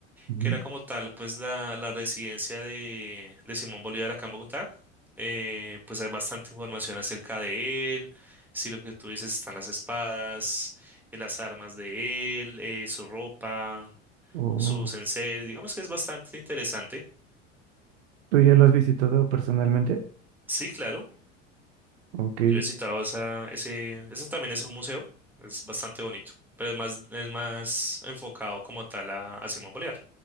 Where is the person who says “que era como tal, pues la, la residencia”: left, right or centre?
Centre